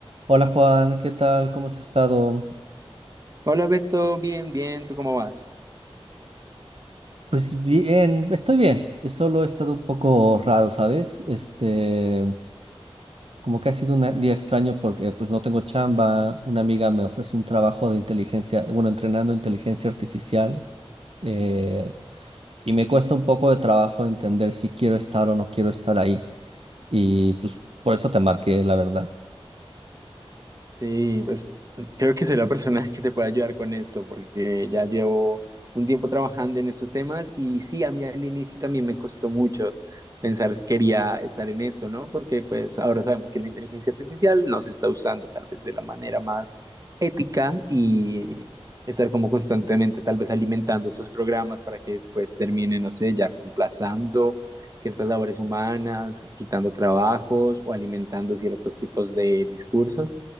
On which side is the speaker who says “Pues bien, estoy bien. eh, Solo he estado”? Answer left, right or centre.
Right